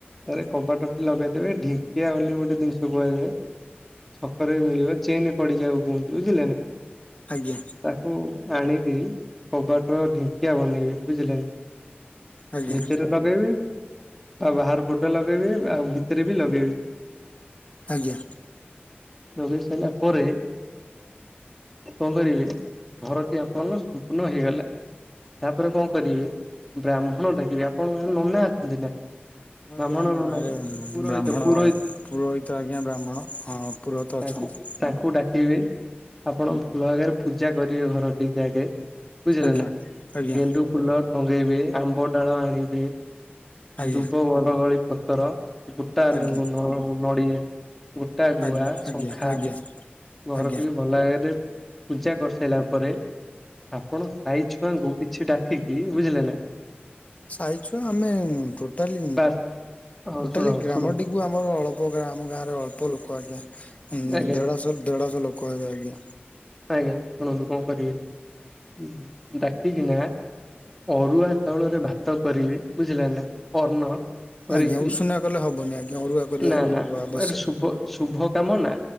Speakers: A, in the centre; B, on the left (about 35°).
A: ତରେ କବାଟଟି ଲଗେଇଦେବେ ଢିଙ୍କିଆ ବୋଲି ଗୋଟେ ଜିନିଷ କୁହାଯାଏ। ଛକରେ ବି ମିଳିବ ଚେନ କଡି ଯିବାକୁ କୁହନ୍ତି, ବୁଝିଲେ ନା?
B: ଆଜ୍ଞା।
A: ତାକୁ ଆଣିକି କବାଟ ର ଢିଙ୍କିଆ ବନେଇବି ବୁଝିଲେ ନା?
B: ଆଜ୍ଞା
A: ଭିତରେ ଲଗେଇବେ ଆଉ ବାହାର ପଟେ ଲଗେଇବେ, ଆଉ ଭିତରେ ବି ଲଗେଇବେ।
B: ଆଜ୍ଞା।
A: ଲଗେଇ ସାରିଲା ପରେ କଣ କରିବେ, ଘରଟି ଆପହନ ସମ୍ପୂର୍ଣ୍ଣ ହେଇଗଲା। ତାପରେ କଣ କରିବେ ବ୍ରାହ୍ମଣ ଡାକିବେ। ଆପଣଙ୍କ ଆଡେ ନନା ଅଛନ୍ତି ନା?
B: ହଁ
A: ବ୍ରାହ୍ମଣ
B: ଏ ଆମ
A: ନନାଙ୍କୁ।
B: ଗାଁରେ
A: ପୁରହିତ
B: ବ୍ରାହ୍ମଣ
A: ପୁରହିତ
B: ପୁରୋହିତ ଆଜ୍ଞା ବ୍ରାହ୍ମଣ ହ ପୁରୋହିତ
A: ତାଙ୍କୁ
B: ଅଛନ୍ତି।
A: ତାଙ୍କୁ ଡାକିବେ ଆପଣ ଭଲ ଭାବରେ ପୂଜା କରିବେ ଘର ଟିକେ ଆଗେ। ବୁଝିଲ
B: ଆଜ୍ଞା
A: ନା?
B: ଆଜ୍ଞା
A: ଗେଣ୍ଡୁ ଫୁଲ ଟଙ୍ଗେଇବେ, ଆମ୍ବ ଡାଳ ଆଣିବେ
B: ଆଜ୍ଞା
A: ଧୁବ ବନଗଳି ପତର। ଗୋଟା
B: ଆଜ୍ଞା
A: ନଡିଆ, ଗୋଟା
B: ଆଜ୍ଞା
A: ଗୁଆ,
B: ଆଜ୍ଞା
A: ଶଙ୍ଖା।
B: ଆଜ୍ଞା
A: ଘରକୁ
B: ଆଜ୍ଞା।
A: ଟିକେ ଭଲ ଭାବରେ ପୂଜା କରିସାରିଲା ପରେ ଆପଣ ସହି ଛୁଆଙ୍କୁ କିଛି ଡାକିକି, ବୁଝିଲେ ନା?
B: ସାହି ଛୁଆ ଆମେ ଟୋଟାଲି,
A: ବାସ୍ ହଁ
B: ଟୋଟାଲି
A: ଶୁଣ
B: ଗ୍ରାମ
A: ଶୁଣ
B: ଟି କୁ ଆମର ଅଳ୍ପ ଗାଁ, ଆମ ଗାଁରେ ଅଳ୍ପ ଲୋକ ଆଜ୍ଞା,
A: ଆଜ୍ଞା
B: ଦେଢ ଦେଢଶହ ଲୋକ କ ଆ ଗ ଆଜ୍ଞା।
A: ଆଜ୍ଞା ଶୁଣନ୍ତୁ କଣ କରିବେ ଡାକିକିନା ଅରୁଆ ଚାଉଳରେ ଭାତ କରିବେ, ବୁଝିଲ ନା? ଅର୍ଣ କରିକି,
B: ଆଜ୍ଞା ଉଷୁନା କଲେ ହବନି ଆଜ୍ଞା ଅରୁଆ କରିବାକୁ
A: ନା ନା
B: ଆବଶ୍ୟକ
A: ଶୁଭ ଶୁଭ କାମ ନା।